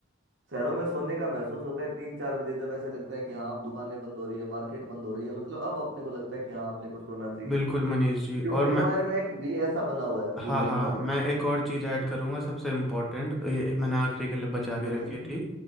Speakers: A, on the right; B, in the centre.
A: शहरों में सोने का महसूस होता है तीन चार बजे जब ऐसे लगता है कि हाँ अब दुकानें बंद हो रही है मार्केट बंद हो रही है मतलब अब अपने को लगता है कि हाँ अपने को सोना चाहिए
B: बिल्कुल
A: कि
B: मनीष जी
A: वो
B: और मैं
A: इन्वायरमेंट भी ऐसा बना हुआ है पूरा
B: हाँ हाँ
A: इन्वायरमेंट
B: मैं एक और चीज़ ऐड करूँगा सबसे इम्पोर्टेंट ये मैंने आखिरी के लिए बचा
A: जी जी
B: के
A: बताइए
B: रखी थी